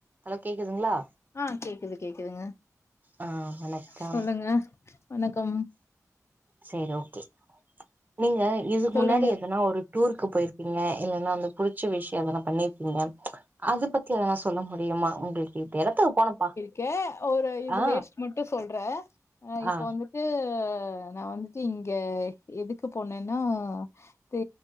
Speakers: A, on the right; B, on the left.
A: hello கேக்குதுங்களா
B: ஆ கேக்குது கேக்குதுங்க
A: ஆ வணக்கம்
B: சொல்லுங்க வணக்கம்
A: சேரி ஓகே நீங்க இதுக்
B: சொல்லுங்க
A: முன்னாடி எதனா ஒரு டூருக்கு போயிருப்பீங்க இல்லனா அந்த புடிச்ச விஷயம் அதல்லா பண்ணிருப்பீங்க அத பத்தி எதனா சொல்ல முடியுமா உங்களுக் இந்த எடத்துக்கு போனப்பா
B: கே ஒரு இது
A: ஆ
B: லேட்ஸ் மட்டு சொல்றே இப்போ
A: ஆ
B: வந்துட்டு நா வந்துட்டு இங்க எதுக்கு போனேன்னா தி